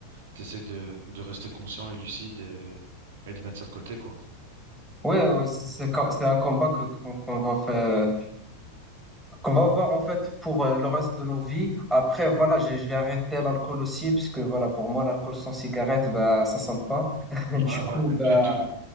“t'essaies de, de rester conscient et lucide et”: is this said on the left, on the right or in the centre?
Right